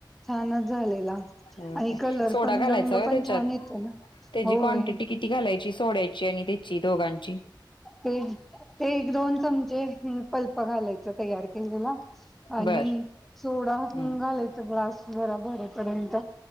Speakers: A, in the centre; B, on the left.
A: छानच झालेला
B: होय
A: आणि
B: काय
A: कलर
B: सोडा
A: पण
B: घालायचा
A: रंग
B: होय
A: पण
B: त्याच्यात
A: छान येतो ना
B: त्याची
A: होय
B: क्वांटिटी किती घालायची सोडायची आणि त्याची दोघांची
A: ते ते एक दोन चमचे पल्प घालायच तयार केलेला आणि
B: बर
A: सोडा
B: हम्म
A: घालायच ग्लास जरा भरेपर्यंत